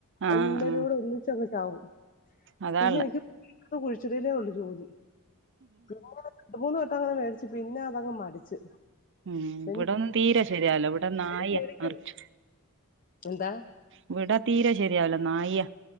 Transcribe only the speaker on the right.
ആഹ്
ആഹ്
അതാള്ളെ
ഉം ഇവിടെ
ഒന്നും തീരെ ശരിയാവില്ല ഇവിടെ നായ
നിറച്ചു
ഇവിടെ തീരെ ശരിയാവല നായി യാ